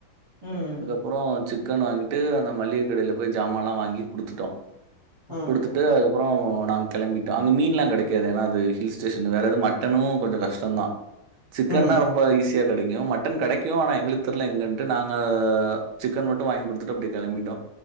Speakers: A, on the right (about 35°); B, on the right (about 85°).
A: ம்ம்
B: அப்பரோ சிக்கன் வாங்கிட்டு அந்த மளிக கடையில போய் ஜாமால்லா வாங்கி குடுத்துட்டோ
A: ம்
B: குடுத்துட்டு அப்ரோ நாங்க கெளம்பிட்டோ அங்க மீன்லா கெடக்காது ஏன்னா அது ஹில் ஸ்டேஷன் வேற எது மட்டனு கொஞ்சோ கஷ்டந்தா சிக்கன்னா
A: ம்
B: ரொம்ப ஈஸி கெடைக்கு மட்டன் கெடைக்கு ஆனா எங்களுக்கு தெர்ல எங்களுக்கு எங்கன்ட்டு நாங்க சிக்கன் மட்டு வாங்கி் குடுத்துட்டு அப்டியே கெளம்பிட்டோ